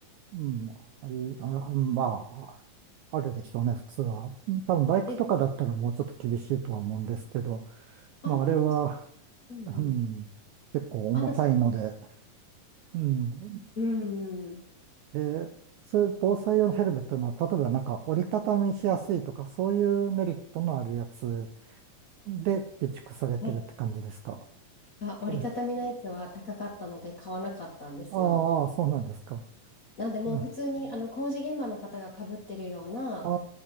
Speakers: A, on the right; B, on the left.
A: うん、あり、あ、まあ、あるでしょうね、普通は。うん多分バイクとかだったらもうちょっと厳しいとは思うんですけど、
B: で、
A: まあ、
B: ああ、うん
A: あれは、
B: うん。
A: うん、結構重たいので、
B: あの、そ
A: うん。
B: うん、うん。
A: で、そういう防災用のヘルメットのは、例えばなんか折りたたみしやすいとか、そういうメリットのあるやつで備蓄されてるって感じですか。
B: はい。あ、折りたたみのやつは高かったので買わなかったんですよ。
A: そうです。ああ、そうなんですか。
B: なんで、もう普通に、
A: うん、あ
B: あの、工事現場の方が被ってるような、
A: あ、